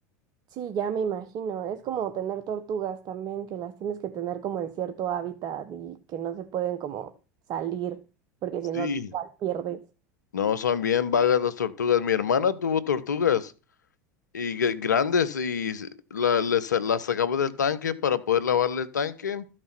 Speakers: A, on the right; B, on the left.
A: Sí, ya me imagino. Es como tener tortugas también, que las tienes que tener como en cierto hábitat y que no se pueden como salir, porque
B: Sí.
A: si no las pierdes.
B: No, son bien vagas las tortugas. Mi hermana tuvo tortugas y gr- grandes y s- la- les- las sacaba del tanque para poder lavarle el tanque